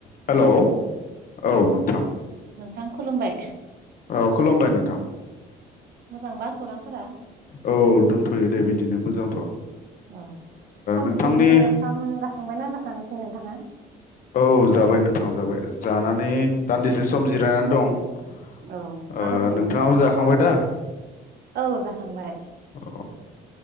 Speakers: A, on the left; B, on the right.
A: हेल'
B: हेलौ
A: औ नोंथां।
B: नोंथां खुलुमबाय।
A: औ खुलुमबाय नोंथां
B: मोजांबा? खौरांफोरा
A: औ दंथ'यो दे बिदिनो मोजांथ'
B: अ सानजौफुनि
A: नोंथांनि
B: ओंखाम जाखांबायना जाखाङाखै नोंथाङा?
A: औ जाबाय नोंथां जाबाय जानानै दान्दिसे सम जिरायनानै दं ओ
B: औ मा ओंख्रिमोन
A: नोंथाङाबो जाखांबाय दा
B: औ जाखांबाय
A: औ